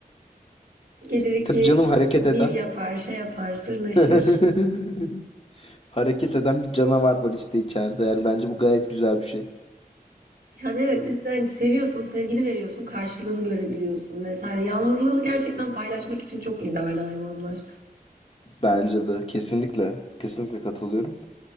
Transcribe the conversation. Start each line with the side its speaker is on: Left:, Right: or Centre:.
Right: Gelir iki
Left: Tabii canım hareket
Right: miv
Left: eden.
Right: yapar, şey yapar, sırnaşır.
Left: <laughs> Hareket eden bir canavar var işte içeride. Yani bence bu gayet güzel bir şey.
Right: Yani evet bir de hani seviyorsun, sevgini veriyorsun, karşılığını görebiliyorsun vesaire. Yalnızlığını gerçekten
Left: Hı hı.
Right: paylaşmak için çok ideal hayvanlar.
Left: Bence de kesinlikle kesinlikle katılıyorum.